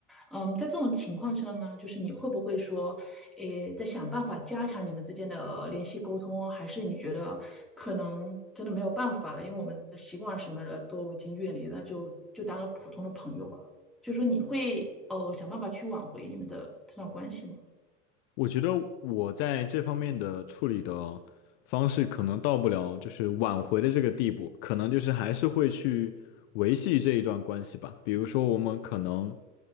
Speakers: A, in the centre; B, on the left.
A: 嗯，在这种情况下呢，就是你会不会说，诶，在想办法加强你们之间的联系沟通，还是你觉得可能真的没有办法了，因为我们的习惯什么的都已经远离了，那就就当个普通的朋友吧。就说你会呃想办法去挽回你们的这段关系吗？
B: 我觉得我在这方面的处理的方式可能到不了就是挽回的这个地步，可能就是还是会去维系这一段关系吧。比如说，我们可能